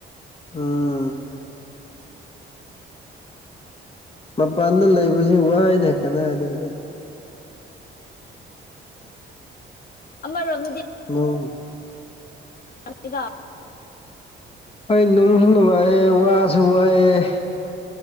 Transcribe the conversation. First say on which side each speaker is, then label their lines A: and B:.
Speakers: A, on the left; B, on the left.
A: ꯎꯝ ꯃꯄꯥꯟꯗ ꯂꯩꯕꯁꯤ ꯋꯥꯏꯗ ꯀꯗꯥꯏꯗꯒꯤ
B: ꯑ ꯔꯅ
A: ꯑꯪ
B: ꯌꯥꯗ
A: ꯍꯣꯏ ꯅꯨꯡꯁꯨ ꯅꯨꯡꯉꯥꯏꯌꯦꯦ ꯋꯥꯁꯨ ꯋꯥꯏꯑꯦ